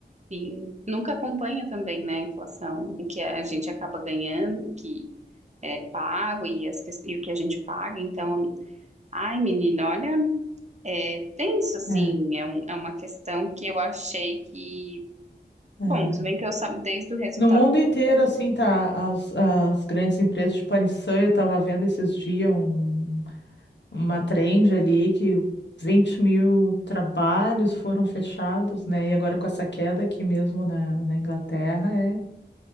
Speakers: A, on the right; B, on the left.
A: Sim. Nunca acompanha também, né, a inflação, o que a gente acaba ganhando, o que é pago e, as, ques- e o que a gente paga. Então, ai, menina, olha, é tenso, assim,
B: É,
A: é, um- é uma questão que eu achei que,
B: é.
A: bom, se bem que eu sabe desde o resultado.
B: No mundo inteiro, assim, tá as, as grandes empresas, de a eu tava vendo esses dias um- uma trend ali que vinte mil trabalhos foram fechados, né? E agora com essa queda aqui mesmo na, na Inglaterra, é,